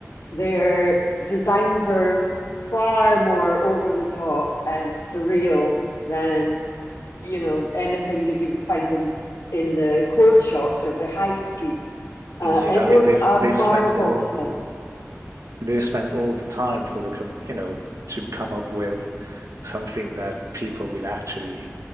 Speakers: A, on the left; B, on the right.
A: their designs are far more over the top and surreal than, you know, anything that you would find in the, in the clothes shops or the high street. Uh,
B: yeah,
A: it
B: I mean
A: was
B: they've
A: a
B: they've
A: marvelous
B: spent all
A: thing.
B: they've spent all the time for the com you know to come up with something that people will actually